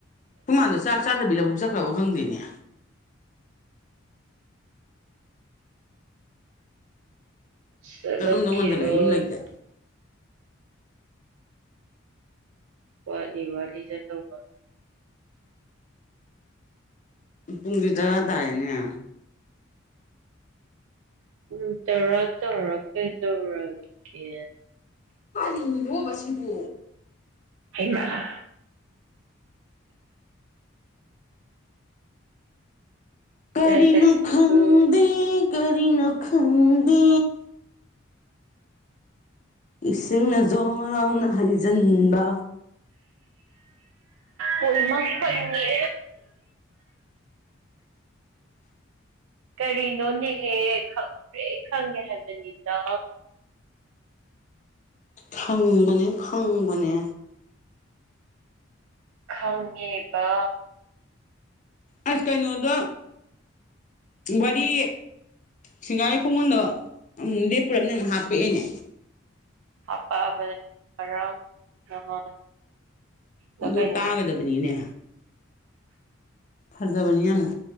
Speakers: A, on the left (about 40°); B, on the right (about 80°).
A: ꯈꯨꯃꯥꯗꯣ ꯆꯥꯛ ꯆꯥꯗꯕꯤ ꯂꯕꯨꯛ ꯆꯠꯈ꯭ꯔꯕꯣ ꯈꯪꯗꯦꯅꯦ
B: ꯆꯠꯂꯝ
A: ꯆꯠꯂꯝꯗꯧ
B: ꯈꯤꯔꯣꯏ
A: ꯃꯥꯟꯖꯜꯂꯛꯑꯦ ꯌꯨꯝ ꯂꯩꯇꯦ
B: ꯋꯥꯠꯂꯤ ꯋꯥꯠꯂꯤ ꯆꯠꯇꯧꯕ
A: ꯄꯨꯡꯗꯤ ꯇꯔꯥ ꯇꯥꯔꯦꯅꯦ
B: ꯎꯝ ꯇꯧꯔ ꯇꯧꯔ <inaudible> ꯀꯦ ꯇꯧꯔꯛ ꯀꯦ
A: ꯀꯔꯤꯅꯣꯕꯥ ꯁꯤꯕꯨ
B: ꯍꯩꯕ꯭ꯔꯥ
A: ꯀꯔꯤꯅꯣ
B: ꯖꯥꯠ ꯖꯥꯠꯅꯤꯀꯣ
A: ꯈꯪꯗꯦ ꯀꯔꯤꯅꯣ ꯈꯪꯗꯦ ꯏꯁꯤꯡꯅ ꯖꯣꯔ ꯂꯥꯎꯅ ꯍꯩꯖꯤꯟꯕ
B: ꯍꫭꯏ ꯃꯥ ꯈꯪꯉꯦ ꯀꯔꯤꯅꯣ ꯅꯦꯍꯦ ꯈꯪꯄ꯭ꯔꯦꯛ ꯈꯪꯉꯦ ꯍꯥꯏꯕꯅꯤꯗ
A: ꯊꯪꯕꯅꯦ ꯈꯪꯕꯅꯦ
B: ꯈꯪꯉꯦꯕ
A: ꯑꯁ ꯀꯩꯅꯣꯗꯣ ꯋꯥꯔꯤ ꯁꯤꯡꯒꯥꯔꯩ ꯈꯣꯡꯒꯨꯟꯗꯣ ꯑꯃꯨꯛ ꯂꯦꯞꯄꯨꯔꯝꯅꯦ ꯑꯃꯨꯛ ꯍꯥꯞꯄꯛꯑꯦꯅꯦ
B: ꯍꯥꯄꯛꯑꯕꯅꯦ ꯉꯔꯥꯡ ꯅꯍꯥꯟ ꯂ
A: ꯑꯗꯨ
B: ꯀꯩꯅꯣꯝꯃ
A: ꯇꯥꯒꯗꯕꯅꯤꯅꯦ ꯐꯔꯖꯥꯕꯅꯤ ꯌꯥꯝꯅ